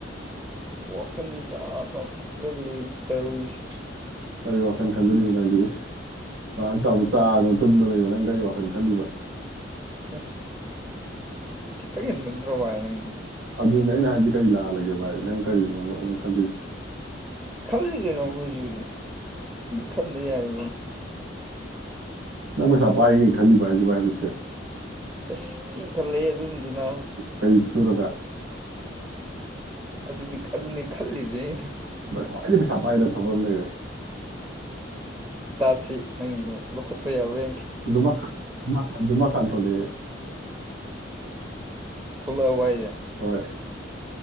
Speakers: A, on the right; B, on the right.
A: ꯋꯥꯈꯜꯁꯦ ꯆꯥꯥ ꯈꯛꯇ ꯂꯦꯝꯃꯤ ꯇꯧꯔꯤꯁꯦ
B: ꯀꯔꯤ ꯋꯥꯈꯜ ꯈꯟꯖꯔꯤꯕꯅꯅꯣ ꯑꯗꯨꯗꯤ ꯇ ꯆꯥꯗꯅ ꯇꯨꯝꯅ ꯂꯩꯕꯅ ꯒꯥꯔꯤ ꯋꯥꯈꯜꯅꯤ ꯈꯜꯂꯤꯕꯤꯕ
A: ꯇꯠ ꯈꯤ ꯇꯛꯍꯟꯕ ꯅ꯭ꯔꯣ ꯏ ꯅꯪ
B: ꯑꯗꯨꯅꯦ ꯑꯩꯅ ꯍꯥꯏꯗꯤ ꯀꯔꯤ ꯂꯥꯜꯂꯒꯦ ꯚꯥꯏ ꯅꯪ ꯀꯔꯤꯒꯤꯅꯣ ꯑꯗꯨ ꯈꯗꯦ
A: ꯈꯜꯂꯤ ꯀꯩꯅꯣ ꯑꯩꯈꯣꯏꯁꯨꯗꯤ ꯈꯟꯗ ꯌꯥꯔ
B: ꯅ ꯄꯩꯁꯥ ꯄꯥꯏꯒꯦ ꯈꯜꯂꯤ ꯄꯥꯏꯁꯦ ꯄꯥꯏ ꯂꯤꯛꯁꯦ
A: ꯑꯁ ꯊ ꯈꯂꯦ ꯑꯗꯨꯝꯗꯤꯅ
B: ꯀꯔꯤ ꯁꯨꯔꯒ
A: ꯑꯗꯨꯗꯤ ꯑꯗꯨꯅꯤ ꯈꯜꯂꯤꯁꯦ ꯑꯩꯅ
B: ꯈ꯭ꯋꯥꯏꯗꯒꯤ ꯄꯩꯁꯥ ꯄꯥꯏꯅ ꯊꯕꯛ ꯑꯃ ꯂꯩꯔꯦ
A: ꯏꯇꯥꯁꯤ ꯅꯪꯒꯤꯗꯨꯣ ꯂꯧꯈꯠꯄ ꯌꯥꯎꯔꯦ
B: ꯖꯨꯃꯥ ꯈꯥꯟ ꯖꯃꯥ ꯈꯥꯟ ꯖꯃꯥ ꯈꯥꯟ ꯊꯣꯛꯂꯒꯦ
A: ꯊꯨꯂ ꯋꯥꯏꯖꯦ
B: ꯍꯣꯏ